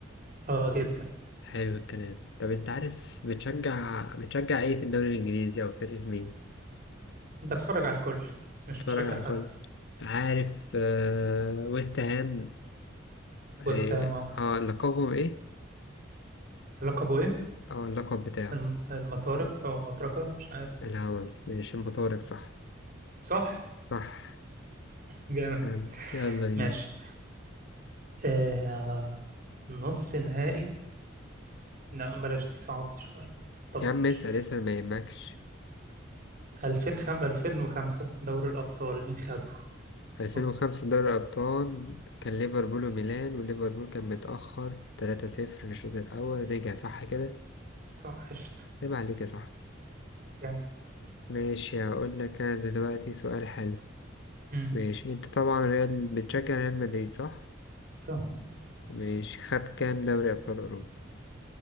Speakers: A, on the right; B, on the left.
A: آه جدا
B: حلو الكلام طب انت عارف بتشجع بتشجع ايه في الدوري الانجليزي او فرقه مين
A: بتفرج على الكل بس مش
B: اتفرج
A: مشجع
B: على
A: حد
B: كل عارف آه... ويست هام إيه،
A: ويست هام اه
B: اه لقبهم ايه
A: لقبه ايه
B: اه اللقب بتاعه
A: الم- المطارق او المطرقه مش عارف
B: الهاونز ماشي مطارق صح
A: صح
B: صح
A: جامد
B: تمام.
A: <laughs>
B: يلا بينا
A: ماشي آه... نص نهائي لا بلاش دي صعبة شوية طب
B: يا عم
A: ماشي
B: اسأل اسأل ما يهمكش
A: 2005 2005 دوري الأبطال مين خده؟
B: ألفين
A: أوك،
B: وخمسة دوري أبطال كان ليفربول وميلان وليفربول كان متأخر تلاتة صفر في الشوط الأول رجع صح كده
A: صح قشطة
B: عيب عليك يا صاحبي
A: جامد
B: ماشي هقول لك أنا دلوقتي سؤال حلو
A: امم
B: ماشي أنت طبعا ريال بتشجع ريال مدريد صح؟
A: صح
B: ماشي خد كام دوري أبطال أوروبا؟